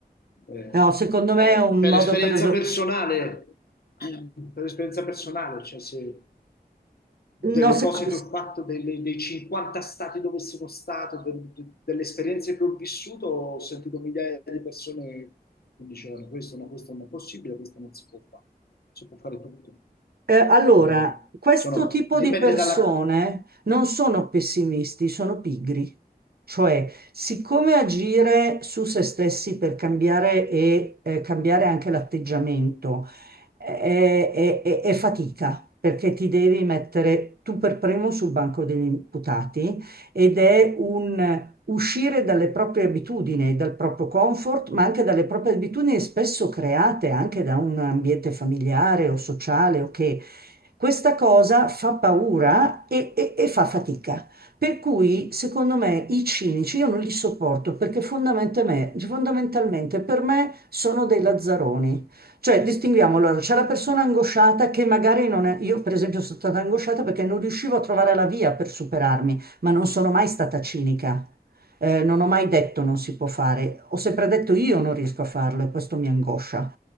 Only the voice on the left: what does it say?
Eh,
eh,
per
esperienza
personale, per esperienza personale, cioè se, delle
cose
che ho fatto, delle- dei 50 stati dove sono stato, de- de- delle esperienze che ho vissuto, ho sentito migliaia di persone che dicevano questo, no, questo non è possibile, questo non si può fare, si può fare tutto.
Sono,
sono-
dipende
dalla...